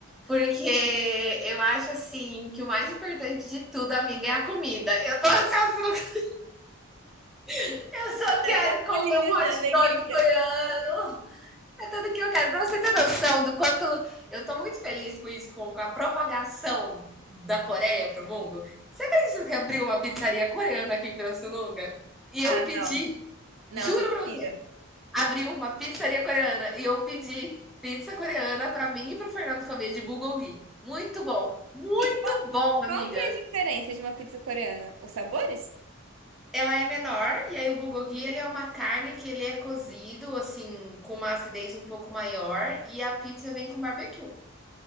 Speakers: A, in the centre; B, on the right (about 75°).
A: Porque eu acho assim que o mais importante de tudo, amiga, é a comida. Eu tô ansiosa, pelo- <laughs> eu só quero
B: Até pulinhos
A: comer um hot
B: de alegria.
A: dog coreano. É tudo que eu quero. Para você ter noção do quanto eu estou muito feliz com isso, com, a propagação da Coreia para o mundo. Você acredita que abriu uma pizzaria coreana aqui em Pirassununga? E
B: Ah,
A: eu pedi,
B: não. Não,
A: juro
B: mentira.
A: para você, abriu uma pizzaria coreana e eu pedi pizza coreana para mim e para o Fernando comer de bulgogi. Muito bom, muito
B: E
A: bom, amiga.
B: qual que é a diferença de uma pizza coreana? Os sabores?
A: Ela é menor e aí o bulgogi ele é uma carne que ele é cozido assim com uma acidez um pouco maior e a pizza vem com barbecue.